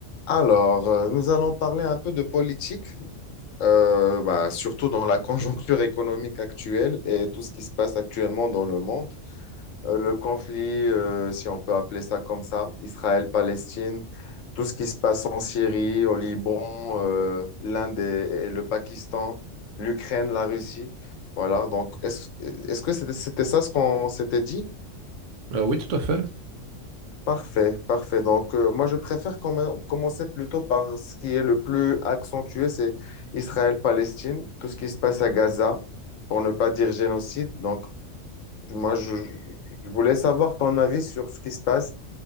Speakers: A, on the left (about 80°); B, on the right (about 75°).
A: Alors, euh, nous allons parler un peu de politique, euh, bah, surtout dans la <laughs> conjoncture économique actuelle et tout ce qui se passe actuellement dans le monde. Euh, le conflit, euh, si on peut appeler ça comme ça, Israël-Palestine, tout ce qui se passe en Syrie, au Liban, euh, l'Inde et, et le Pakistan, l'Ukraine, la Russie. Voilà, donc est-ce, est-ce que c'était c'était ça ce qu'on s'était dit?
B: Euh, oui, tout à fait.
A: Parfait, parfait. Donc, euh, moi, je préfère commen- commencer plutôt par ce qui est le plus accentué, c'est Israël-Palestine, tout ce qui se passe à Gaza, pour ne pas dire génocide. Donc, moi, je, je voulais savoir ton avis sur ce qui se passe